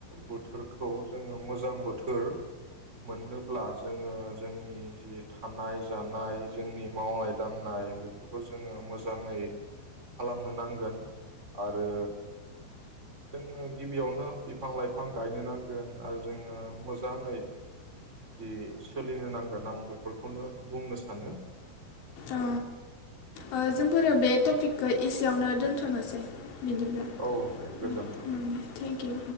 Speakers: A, on the right (about 15°); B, on the left (about 80°).
A: बोथोरखौ जोङो मोजां बोथोर मोननोब्ला जोङो जोंनि जि थानाय जानाय जोंनि मावनाय दांनाय बेफोरखौ जोङो मोजाङै खालामनो नांगोन आरो जोङो गिबियावनो बिफां लाइफां गायनो नांगोन आरो जोङो मोजाङै जि सोलिनो नांगोन आं बेफोरखौनो बुंनो सानो।
B: औ ओ जोंफोरो बे टपिकखौ एसेयावनो दोनथ'नोसै। बिदिब्ला
A: औ दे गोजोन्थों।
B: उ उ थेंक इउ।